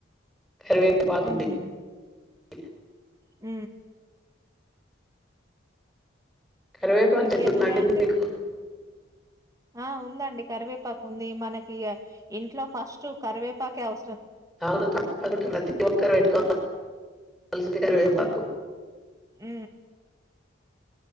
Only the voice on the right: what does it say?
ఊహు
ఊ
ఇంకేమున్నాయండి
ఆ ఉందండి కరివేపాకు ఉంది మనకిగ ఇంట్లో ఫస్ట్ కరివేపాకే అవ
ఊ